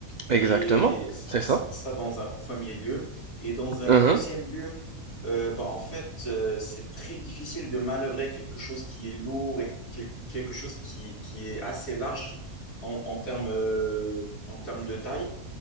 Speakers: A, on the right; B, on the left.
A: Exactement,
B: Et c-
A: c'est
B: c-
A: ça.
B: ça, dans un premier lieu. Et dans un
A: Mhm.
B: deuxième lieu, euh, bah, en fait, euh, c'est très difficile de manœuvrer quelque chose qui est lourd et quel- quelque chose qui, qui est assez large en, en termes, euh, en termes de taille.